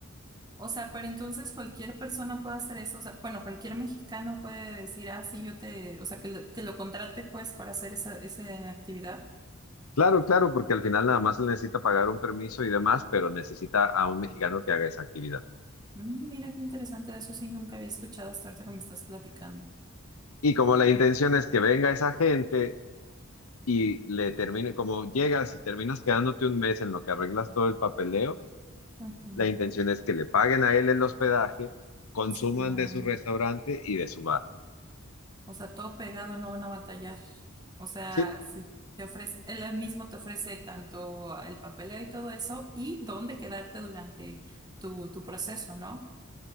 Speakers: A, on the right; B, on the left.
A: o sea, pero entonces cualquier persona puede hacer eso, o sea, bueno, cualquier mexicano puede decir, ah, sí, yo te, o sea, que, lo- que lo contrate pues para hacer esa, esa actividad.
B: Claro, claro, porque al final nada más él necesita pagar un permiso y demás, pero necesita a un mexicano que haga esa actividad.
A: Mm, Mira qué interesante, de eso sí nunca había escuchado hasta ahorita que me estás platicando.
B: Y como la intención es que venga esa gente y le termine, como llegas y terminas quedándote un mes en lo que arreglas todo el papeleo,
A: Ujú.
B: la intención es que le paguen a él el hospedaje, consuman
A: Sí, claro.
B: de su restaurante y de su bar.
A: O sea, todo pegado, no van a batallar. O sea,
B: Sí,
A: sí, te ofrece, él mismo te ofrece tanto el papeleo y todo eso, y dónde quedarte durante tu, tu proceso, ¿no?